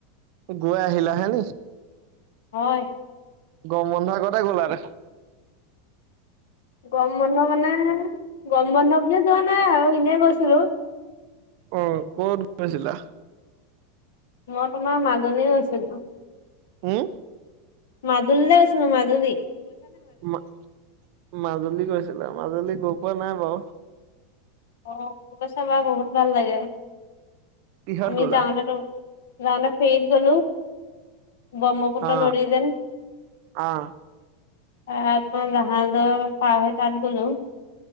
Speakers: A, on the right; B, on the left.
A: গৈ আহিলা হেনি।
B: হয়।
A: গৰম বন্ধৰ আগতে গ'লা দেখোন।
B: গৰম বন্ধ মানে-এ গৰম বন্ধ বুলিয়েই যোৱা নাই আৰু এনেই গৈছিলোঁ।
A: অ' ক'ত গৈছিলা।
B: মই তোমাৰ মাজুলী এই গৈছিলোঁ।
A: হুম
B: মাদুলিলে গৈছিলো মাদুলী।
A: মা-মাজুলী গৈছেল, মাজুলী গৈ পোৱা নাই বাৰু।
B: অ' অ' গৈ চাবা বহুত ভাল লাগে।
A: কিহত
B: আমি
A: গ'লা?
B: যাওতে টো যাওতে ফেৰিত গলোঁ। ব্ৰহ্মপুত্ৰ
A: অ
B: নদী যেন
A: অ
B: তাত মই জাহাজৰ পাৰ হৈ তাত‌ গলোঁ।